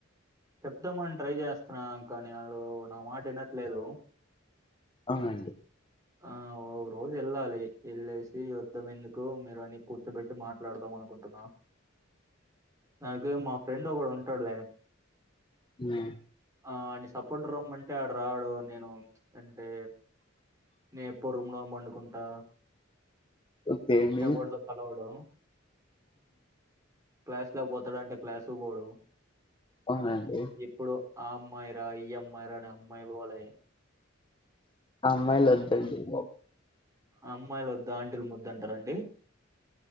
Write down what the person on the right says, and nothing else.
చెప్దామని ట్రై చేస్తున్నా కానీ ఆడు నా మాట వినట్లేదు
ఆ ఒక రోజు వెళ్ళాలి వెళ్ళేసి యుద్ధం ఎందుకు మీరు అని కూర్చబెట్టి మాట్లాడదాం అనుకుంటున్నా దానికి మా ఫ్రెండ్ ఒకడు ఉంటాడులే
ఆ అన్ని సపోర్ట్ రమ్మంటే అంటే ఆడు రాడు నేను అంటే నేను ఎప్పుడు రూమ్ లో పండుకుంటా
ఎవడతో కలవడు క్లాసులా పోత్ తాడు అంటే క్లాసు కు పోడు
ఇప్పుడు ఆ అమ్మాయిరా ఈ అమ్మాయి రా అమ్మాయి గోలే
అమ్మాయిలు దంటిరు ముద్దంటారండి